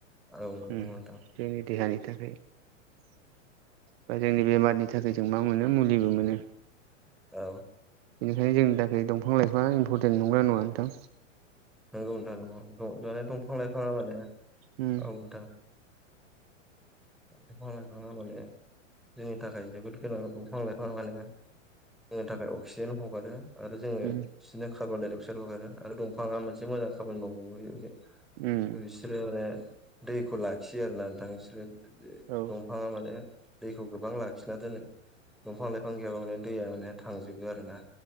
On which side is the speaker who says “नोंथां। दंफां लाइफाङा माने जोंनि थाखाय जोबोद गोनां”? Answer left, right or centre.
Centre